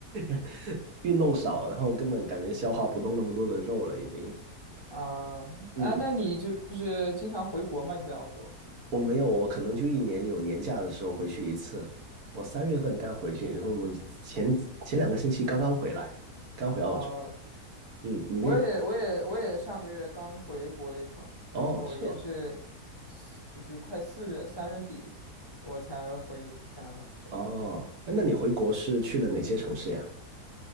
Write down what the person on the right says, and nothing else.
<laughs> 运动少了然后根本感觉消化不动那么多的肉了，已经。
嗯，
我没有，我可能就一年有年假的时候回去一次。我三月份刚回去，然后我们前前两个星期刚刚回来，刚回澳洲。
嗯，你那
哦，是吧？
哦，哎那你回国是去了哪些城市呀？